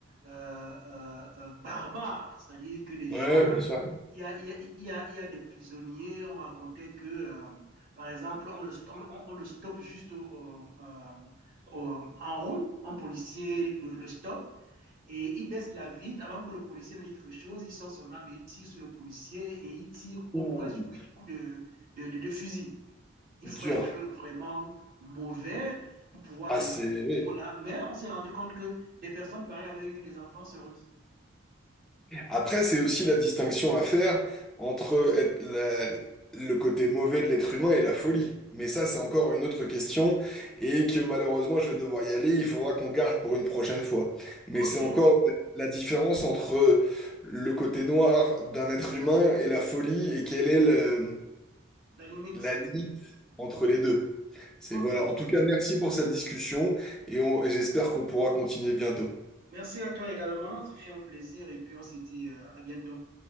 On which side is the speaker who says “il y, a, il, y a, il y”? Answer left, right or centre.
Right